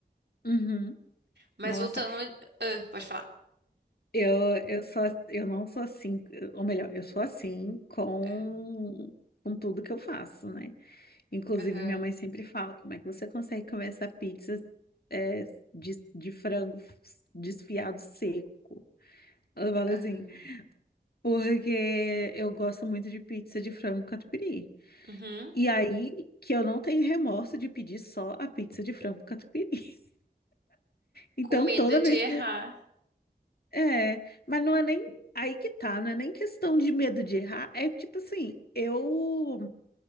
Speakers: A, on the left; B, on the right.
A: Uhum.
B: Mas
A: Nossa,
B: voltando. Ah, pode falar.
A: Eu, eu sou, eu não sou assim, ou melhor, eu sou assim com,
B: Aham,
A: com tudo que eu faço, né? Inclusive,
B: aham,
A: minha mãe sempre fala, como é que você consegue comer essa pizza é, de, de frango desfiado seco? Ela fala assim,
B: aham.
A: porque eu gosto muito de pizza de frango catupiry.
B: Uhum.
A: E aí que eu não tenho remorso de pedir só a pizza de frango catupiry. <laughs> Então,
B: Com medo
A: toda
B: de
A: vez
B: errar.
A: que É, mas não é nem aí que tá, não é nem questão de medo de errar, é tipo assim, eu